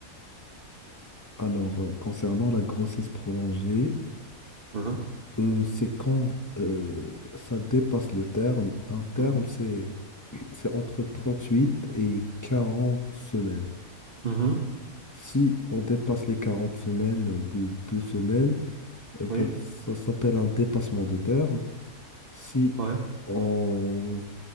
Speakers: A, on the left; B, on the right.
A: Alors, euh, concernant la grossesse prolongée,
B: Mhm.
A: euh, c'est quand euh, ça dépasse le terme. Un terme,
B: Mhm.
A: c'est c'est entre 38 et 40 semaines.
B: Mhm.
A: Si on dépasse les 40 semaines euh, de deux semaines, euh, ben,
B: Oui,
A: ça s'appelle un dépassement de terme. Si
B: ouais.
A: on